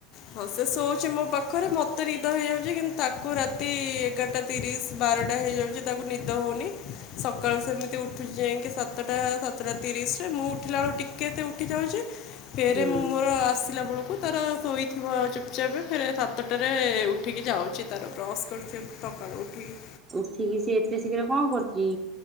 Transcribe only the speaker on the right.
ହୁଁ
ଉଠିକି ସେ ଏତେ ଶୀଘ୍ର କଣ କରୁଛି?